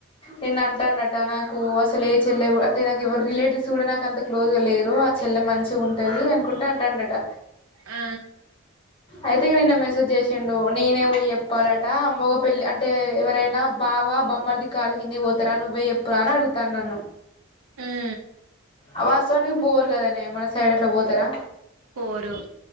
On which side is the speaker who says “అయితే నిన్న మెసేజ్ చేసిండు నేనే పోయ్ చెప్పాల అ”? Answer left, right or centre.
Left